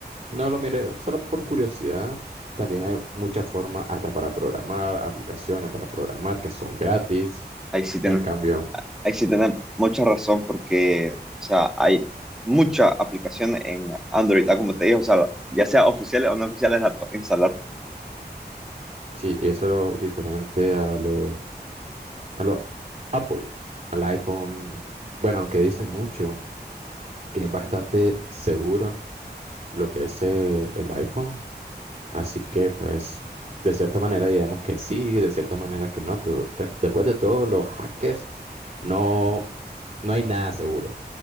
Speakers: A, on the right; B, in the centre.
A: no lo mire solo por curiosidad. También hay muchas formas hasta para programar, aplicaciones para programar que son gratis.
B: Ahí sí tenés,
A: En cambio,
B: ahí sí tenés mucha razón porque, o sea, hay muchas aplicaciones en Android, ah, como te dije, o sea, ya sea oficiales o no oficiales, las puedes instalar
A: sí, y eso es lo diferente a lo a lo Apple, al iPhone. Bueno, aunque dicen mucho que es bastante seguro lo que es eh, el iPhone, así que pues de cierta manera digamos que sí, de cierta manera que no. Tú- re- después de todo, los hackers no, no hay nada seguro.